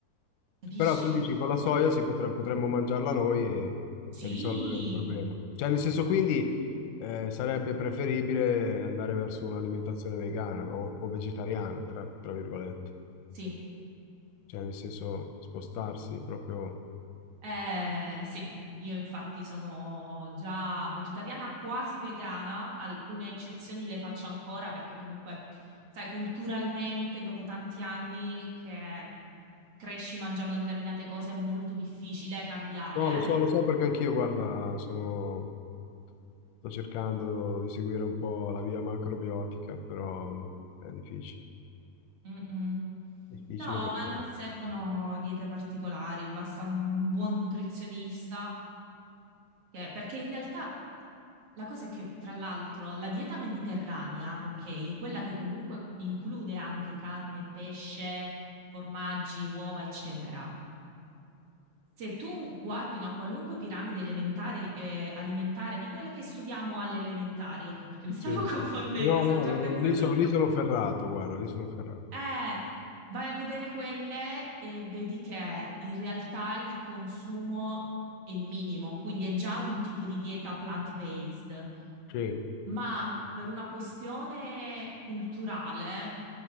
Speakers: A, on the right; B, on the left.
A: Capisci?
B: Però tu dici con la soia si potre- potremmo mangiarla noi e,
A: Sì,
B: e risolvere il problema. Cioè, nel senso, quindi eh, sarebbe preferibile andare verso un'alimentazione vegana o, o vegetariana, tra, tra virgolette.
A: sì,
B: Cioè, nel senso, spostarsi proprio.
A: eh, sì, io infatti sono già vegetariana quasi vegana, alcune eccezioni le faccio ancora perché comunque, sai, culturalmente dopo tanti anni che cresci mangiando determinate cose è molto difficile cambiare.
B: No, lo so, lo so perché anch'io, guarda, sono- sto cercando di seguire un po' la via macrobiotica, però è difficile.
A: Mm, mm.
B: Difficile
A: No,
B: perché...
A: ma non servono diete particolari, basta un buon nutrizionista Che- perché in realtà la cosa è che, tra l'altro, la dieta mediterranea, ok, quella che comunque include anche carne, pesce, formaggi, uova, eccetera. Se tu guardi una qualunque piramide elementare, eh, alimentare, di quelle che studiamo alle elementari, ecco perché mi stavo
B: Sì,
A: <laughs> confondendo,
B: sì, sì. No,
A: stavo
B: no,
A: già
B: no,
A: pensando
B: no, lì sono,
A: a quello.
B: lì sono ferrato, guarda, lì sono ferrato.
A: Eh, vai a vedere quelle e vedi che in realtà il consumo è minimo, quindi è già un tipo di dieta plant-based.
B: Sì.
A: ma per una questione culturale,